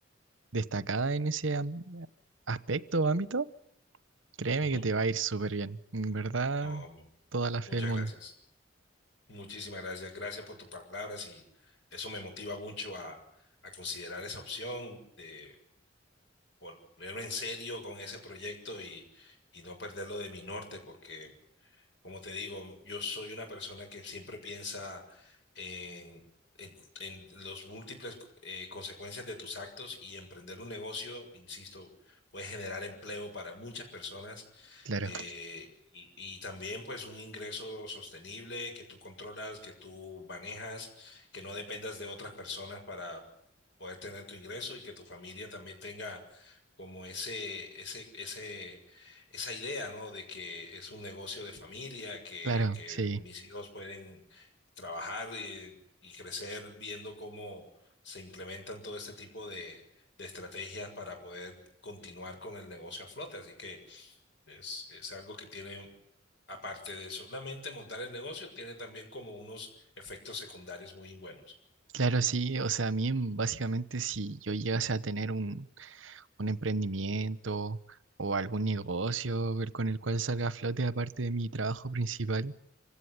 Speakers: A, on the right (about 75°); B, on the left (about 65°).
A: destacada en ese am- aspecto o ámbito, créeme
B: ujú.
A: que te va a ir súper bien. En verdad,
B: Um,
A: toda la fe
B: muchas
A: del mundo.
B: gracias. Muchísimas gracias. Gracias por tus palabras y eso me motiva mucho a, a considerar esa opción de ponerme en serio con ese proyecto y, y no perderlo de mi norte, porque como te digo, yo soy una persona que siempre piensa en, en, en los múltiples eh, consecuencias de tus actos y emprender un negocio, insisto, puede generar empleo para muchas personas.
A: Claro,
B: eh, Y, y también pues un ingreso sostenible que tú controlas, que tú manejas, que no dependas de otras personas para poder tener tu ingreso y que tu familia también tenga como ese, ese, ese, esa idea, ¿no? De que es un negocio de familia, que,
A: claro,
B: que
A: sí.
B: mis hijos pueden trabajar y, y crecer viendo cómo se implementan todo este tipo de, de estrategias para poder continuar con el negocio a flote. Así que es, es algo que tiene, aparte de solamente montar el negocio, tiene también como unos efectos secundarios muy buenos.
A: Claro, sí. O sea, a mí mm, básicamente si yo llegase a tener un un emprendimiento o algún negocio el- con el cual salga a flote aparte de mi trabajo principal.